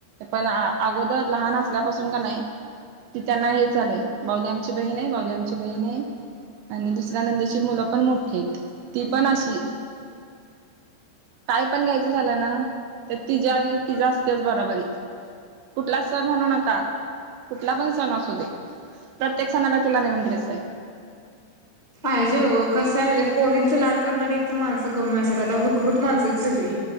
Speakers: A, on the right (about 75°); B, on the right (about 20°).
A: पण अगोदर लहान असल्यापासून कनाय ती त्यांना हे झालंय, बाऊली आमची बहीण हाय, बाऊली आमची बहीण हाय. आणि दुसऱ्या नंदेची मुलं पण मोठीे आहेत, ती पण अशी काय पण घ्यायचं झालं ना, तर तिज्या आणि तिझ्या असत्याचं बराबरी. कुठला सण म्हणू नका, कुठला पण सण असू दे. प्रत्येक सणाला तिला नवीन ड्रेस हाय.
B: पाहिजे वो, कसायं माहिती हाय पोरीनचं लाड करणारे एक तर माणसं कमी असतात, आता विकृत माणसं हायत सगळी.